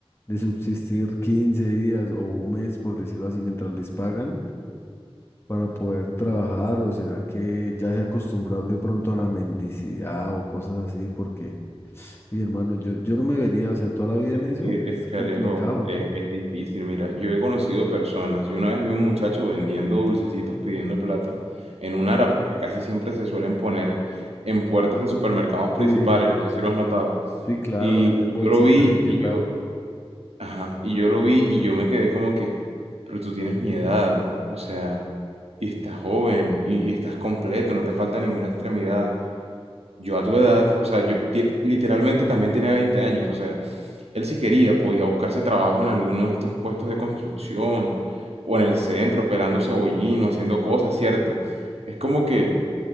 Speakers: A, on the left; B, on the right.
A: de subsistir 15 días o un mes, por decirlo así, mientras les pagan para poder trabajar, o será que ya se acostumbraron de pronto a la mendicidad o cosas así, porque, oye hermano, yo, yo no me vería, o sea, toda la vida
B: Es
A: en eso
B: que,
A: es
B: es que
A: complicado.
B: Alejo, es, es difícil. Mira, yo he conocido personas. Yo una vez vi un muchacho vendiendo dulcecitos pidiendo plata en un ara porque casi siempre se suelen poner en puertas de supermercados principales.
A: Sí.
B: No sé si lo has notado.
A: Sí, claro,
B: Y,
A: hacer
B: y
A: bolsitas
B: yo lo vi
A: y qué
B: y
A: tal.
B: yo, ajá, y yo lo vi y yo me quedé como que, pero tú tienes mi edad, o sea, y estás joven y, y estás completo, no te falta ninguna extremidad. Yo a tu edad, o sea, yo ti- literalmente también tenía 20 años, o sea, él si quería podía buscarse trabajo en alguno de estos puestos de construcción o en el centro operando cebollino, haciendo cosas, ¿cierto? Es como que,